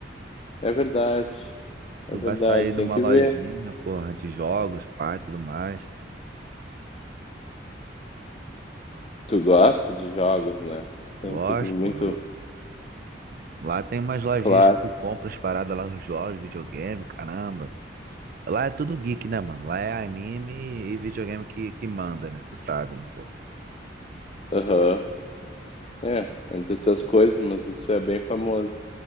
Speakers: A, on the left; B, on the right.
A: É verdade, é
B: Tu
A: verdade,
B: vai sair numa
A: tem que
B: lojinha,
A: ver.
B: porra, de jogos, pá, e tudo mais.
A: Tu gosta de jogos, né? Sempre
B: Gosto,
A: muito
B: porra. Lá
A: s-
B: tem umas lojinhas
A: s- claro.
B: que tu compra as paradas lá, os jogos, videogame, caramba. Lá é tudo geek, né, mano? Lá é anime e videogame que, que manda, né? Tu sabe, né, pô?
A: Aham, É, entre outras coisas, mas isso é bem famoso.